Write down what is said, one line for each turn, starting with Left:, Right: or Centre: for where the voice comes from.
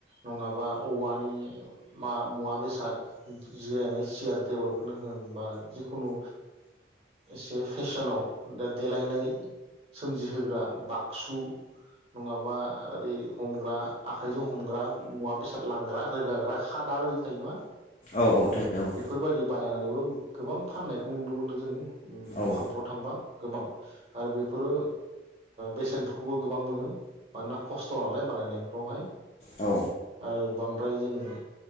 Right: नङाबा औवानि मा मुवा बेसाद जिरायनाय सियार टेबोलफोरनो होन बा जिखुनु एसे फेसनाव दा देलायनाय सोमजिहोग्रा बक्सु नङाबा ओरै हमग्रा आखाइजों हमग्रा मुवा बेसाद लांग्रा रोगाग्रा खादा ओदि थायो नङा
Left: औ औ थायो औ।
Right: बेफोरबायदि बानायनानैबो गोबां फाननायखौ नुनो मोनो जों दखानफ्राव
Left: औ
Right: थांबा गोबां आरो बेफोरो बेसेनफोरखौबो गोबां मोनो मानोना खस्थ' नालाय बानायनायफ्रावहाय
Left: औ
Right: आरो बांद्राय ज